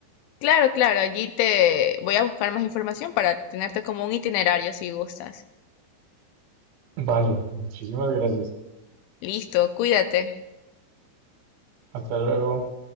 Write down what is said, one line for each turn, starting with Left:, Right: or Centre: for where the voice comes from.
Left: Claro, claro, allí te voy a buscar más información para tenerte como un itinerario si gustas.
Right: Vale, muchísimas gracias.
Left: Listo, cuídate.
Right: Hasta luego.